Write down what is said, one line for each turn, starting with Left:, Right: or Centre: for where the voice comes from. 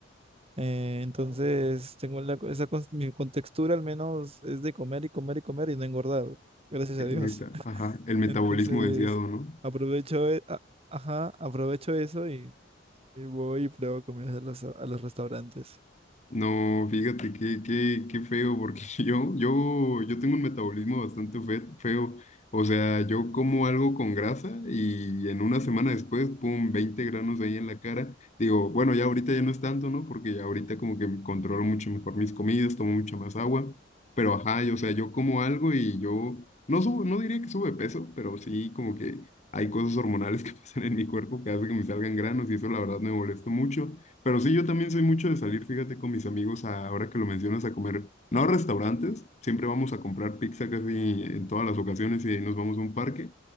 Right: Eh, entonces, tengo la, co- esa, cons- mi contextura al menos es de comer y comer y comer y no engordar. Gracias
Left: el
Right: a Dios.
Left: meta,
Right: <laughs>
Left: ajá, el metabolismo
Right: Entonces,
Left: deseado, ¿no?
Right: aprovecho, e- a- ajá, aprovecho eso y, y voy y pruebo comidas a los, a los restaurantes.
Left: No, fíjate qué, qué, qué feo, porque <laughs> yo, yo, yo tengo un metabolismo bastante fe- feo. O sea, yo como algo con grasa y en una semana después, pum, 20 granos ahí en la cara. Digo, bueno, ya ahorita ya no es tanto, ¿no? Porque ya ahorita como que controlo mucho mejor mis comidas, tomo mucha más agua. Pero ajá, y, o sea, yo como algo y yo no subo, no diría que sube peso, pero sí como que hay cosas hormonales <laughs> que pasan en mi cuerpo que hacen que me salgan granos y eso la verdad me molesta mucho. Pero sí, yo también soy mucho de salir, fíjate, con mis amigos, a- ahora que lo mencionas, a comer, no a restaurantes, siempre vamos a comprar pizza casi en todas las ocasiones y nos vamos a un parque